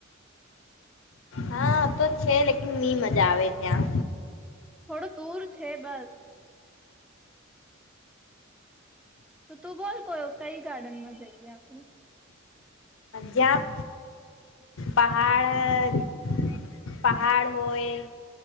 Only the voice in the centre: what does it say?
થોડું દૂર છે બસ તો તું બોલ કો કઈ ગાર્ડનમાં જઈએ આપણે